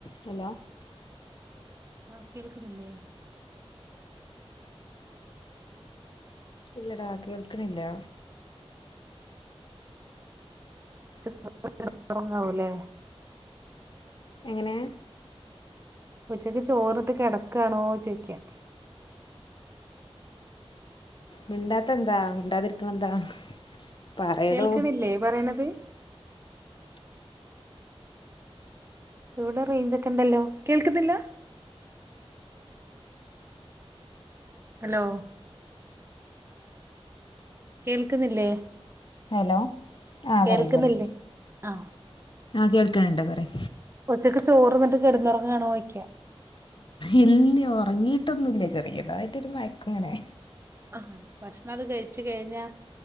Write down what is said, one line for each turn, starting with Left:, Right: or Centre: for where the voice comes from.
Left: Hello
Right: ആഹ് കേൾക്കുന്നില്ലേ.
Left: ഇല്ലടാ കേൾക്കണില്ല.
Right: <unintelligible> ഒറങ്ങാവുല്ലേ.
Left: എങ്ങനെ.
Right: ഉച്ചക്ക് ചോറിന്ന് കിടക്കാണോ ചോയ്ക്ക.
Left: മിണ്ടാത്ത എന്താ മിണ്ടാതിരിക്കണ എന്താ. പറയടോ
Right: കേൾക്കണില്ലേ പറയണത്. ഇവിടെ റേഞ്ച് ഒക്കെ ഉണ്ടല്ലോ കേൾക്കുന്നില്ല. ഹലോ കേൾക്കുന്നില്ലേ.
Left: ഹലോ ആഹ്
Right: കേൾക്കുന്നില്ലേ
Left: പറയ് പറയ്
Right: ആഹ്
Left: ആഹ് കേൾക്കണണ്ട് പറയ്.
Right: ഒച്ചക്ക് ചോറ്ന്നിട്ട് കിടന്നുറങ്ങാണോയിക്ക.
Left: ഇല്ല ഉറങ്ങീട്ടൊന്നുല്ല ചെറിയതായിട്ടൊരു മയക്കങ്ങനെ.
Right: ആഹ് ഭക്ഷണക്ക കഴിച് കഴിഞ്ഞാ.